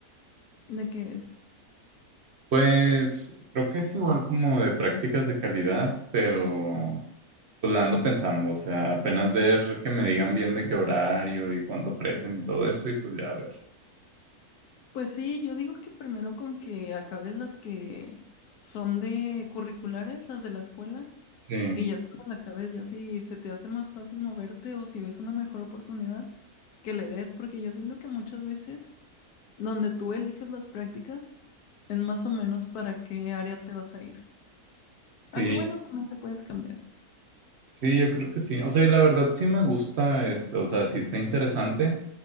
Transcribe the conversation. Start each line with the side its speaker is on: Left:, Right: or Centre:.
Left: ¿De qué es?
Right: Pues creo que es igual como de prácticas de calidad, pero
Left: Mm.
Right: pues la ando pensando, o sea, apenas ver que me digan bien de qué horario y cuánto ofrecen y todo eso y pues ya a ver.
Left: Pues sí, yo digo que primero con que acabes las que son de curriculares, las de la escuela,
Right: Sí,
Left: Y ya cuando la cabeza ya si se te hace más fácil moverte o si ves una mejor oportunidad, que le des, porque yo siento que muchas veces donde tú eliges las prácticas es más o menos para qué área te vas a ir.
Right: sí,
Left: Aunque bueno, también te puedes cambiar,
Right: sí, yo creo que sí. O sea, y la verdad sí me gusta esto, o sea, sí está interesante,